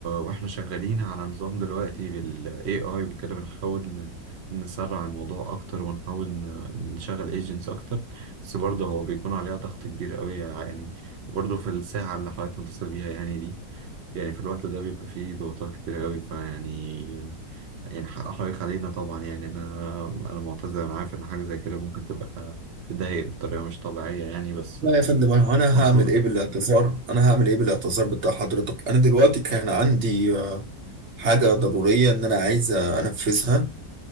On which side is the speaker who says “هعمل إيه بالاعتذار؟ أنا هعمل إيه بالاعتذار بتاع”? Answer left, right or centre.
Right